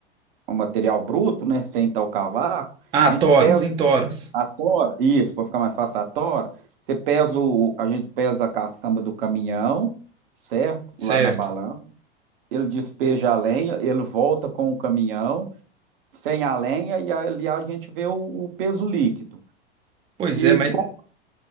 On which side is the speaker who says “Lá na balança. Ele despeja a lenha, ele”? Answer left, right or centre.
Right